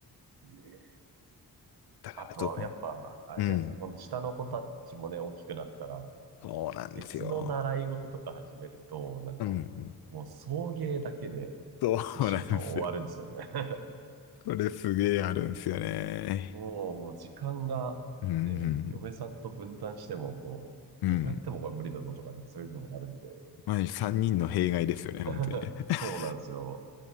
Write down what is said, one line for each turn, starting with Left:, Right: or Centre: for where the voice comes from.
Right: ね。
Left: だからどこに。
Right: あとは、やっぱ、あれじゃないですか、
Left: うん。
Right: 今度下の子たちもね、大きくなったら、
Left: そうなんですよ。
Right: 別の習い事とか始めると、なんか、
Left: うんうん。
Right: もう送迎だけで
Left: そうなんですよ。
Right: 一週間終わるんですよね。<laughs>
Left: これすげえあるんですよね。
Right: もう、もう時間がね、
Left: うんうん。
Right: 嫁さんと分担しても、こう、
Left: うん
Right: どうやってもこれ無理だぞとかね、そういうのもあるんで。
Left: まあ、三人の弊害ですよね、本当にね。
Right: <laughs>
Left: <laughs>
Right: そうなんですよ。